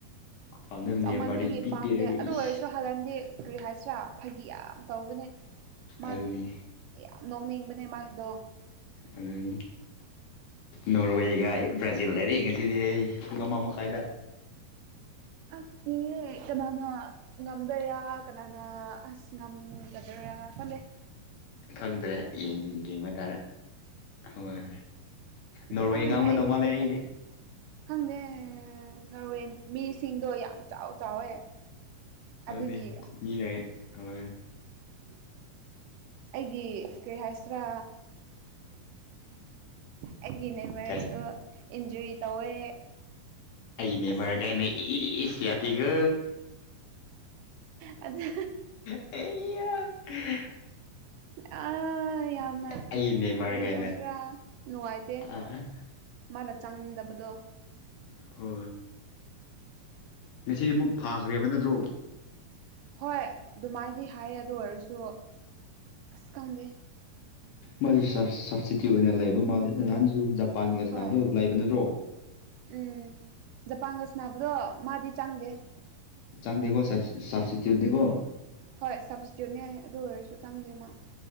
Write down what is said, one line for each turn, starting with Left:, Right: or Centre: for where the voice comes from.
Left: ꯄꯥꯝꯗꯕ ꯅꯦꯝꯃꯔꯗꯤ
Right: ꯆꯥꯎꯃꯟꯕꯒꯤ
Left: ꯏꯄꯤ
Right: ꯄꯥꯝꯗꯦ
Left: ꯄꯤꯔꯒ ꯏꯁ
Right: ꯑꯗꯨ ꯑꯣꯏꯔꯁꯨ ꯍꯜꯍꯟꯗꯤ ꯀꯔꯤ ꯍꯥꯏꯁꯔꯥ ꯐꯥꯒꯤ ꯌꯥꯝ ꯇꯧꯕꯅꯦ ꯃꯥ
Left: ꯑꯗꯨꯅꯤ
Right: ꯌꯥꯝ ꯅꯣꯛꯅꯤꯡꯕꯅꯦ ꯃꯥꯒꯤꯗꯣ
Left: ꯑꯗꯨ ꯑꯗꯨꯅꯤ ꯅꯣꯔꯋꯦꯒ ꯕ꯭ꯔꯥꯖꯤꯜ ꯍꯥꯏꯔꯤ ꯉꯁꯤꯗꯤ ꯑꯩ ꯄꯨꯡ ꯑꯃ ꯃꯈꯥꯏꯗ
Right: ꯑꯁ ꯏ ꯀꯅꯥꯅ ꯉꯝꯗꯣꯏꯔꯥ ꯀꯅꯥꯅ ꯑꯁ ꯉꯝꯒꯗꯣꯏꯔꯥ ꯈꯟꯅꯩ
Left: ꯈꯪꯗ꯭ꯔꯦ ꯌꯦꯡꯕ ꯇꯥꯔꯦ ꯍꯣꯏ ꯅꯣꯕ
Right: ꯑꯩ
Left: ꯏ ꯉꯥꯡꯒꯗꯧ
Right: ꯑꯩꯗꯤ
Left: ꯃꯥꯂꯦ
Right: ꯀꯤꯌꯦ
Left: ꯏꯗꯤ
Right: ꯈꯪꯗꯦ ꯅꯣꯔꯋꯦ ꯃꯤꯁꯤꯡꯗꯣ ꯌꯥꯝ ꯆꯥꯎ ꯆꯥꯎꯋꯦ ꯑꯗꯨꯒꯤ
Left: ꯑꯗꯨꯅꯤ ꯃꯤꯅ ꯍꯣꯏ
Right: ꯎ ꯑꯩꯒꯤ ꯀꯔꯤ ꯍꯥꯏꯥꯏꯁꯇ꯭ꯔꯥ ꯑꯩꯒꯤ ꯅꯃꯔꯁꯨ
Left: ꯀꯩ
Right: ꯏꯟꯖꯨꯔꯤ ꯇꯧꯋꯦ
Left: ꯑꯩꯅꯦ
Right: ꯑꯁ
Left: ꯃꯔꯔ ꯀꯥꯏꯅꯦ ꯏ ꯁꯤꯌꯥꯇꯤꯒ
Right: ꯑꯗ
Left: ꯑꯩ
Right: <inaudible> ꯑ ꯌꯥꯝꯅ
Left: ꯑꯩꯒꯤ ꯅꯦꯝꯃꯔ
Right: ꯀꯔꯤ
Left: ꯀꯥꯏꯅ
Right: ꯇꯧꯁꯤꯔꯥ ꯅꯨꯡꯉꯥꯏꯇꯦ
Left: ꯑꯥ
Right: ꯃꯥꯅ ꯆꯪꯗꯕꯗꯣ
Left: ꯍ ꯉꯁꯤꯗꯤ ꯑꯃꯨꯛ ꯐꯥꯈ꯭ꯔꯦꯕ ꯅꯠꯇ꯭ꯔꯣ
Right: ꯍꯣꯏ ꯑꯗꯨꯃꯥꯏꯗꯤ ꯍꯥꯏꯌꯦ ꯑꯗꯨ ꯑꯣꯏꯔꯁꯨ ꯑꯁ ꯈꯪꯗꯦ
Left: ꯃ ꯁꯞꯕꯁꯤꯗꯤ ꯑꯣꯏꯅ ꯂꯩꯕ ꯃꯥꯜꯂꯦ ꯅꯍꯥꯟꯁꯨ ꯖꯄꯥꯟꯒꯗꯣ
Right: ꯍꯣꯏ
Left: ꯂꯩꯕ ꯅꯠꯇ꯭ꯔꯣ
Right: ꯎꯝ ꯖꯄꯥꯟꯒꯁꯅꯥꯕꯗꯣ ꯃꯥꯗꯤ ꯆꯪꯗꯦ
Left: ꯆꯪꯗꯤꯀ ꯁ ꯁꯞꯁꯗꯤꯤꯗꯨꯗꯤꯀꯣ
Right: ꯍꯣꯏ ꯁꯞꯕꯁꯤꯗꯤꯠꯅꯤ ꯑꯗꯨ ꯑꯣꯏꯔꯁꯨ ꯆꯪꯗꯦ ꯃꯥ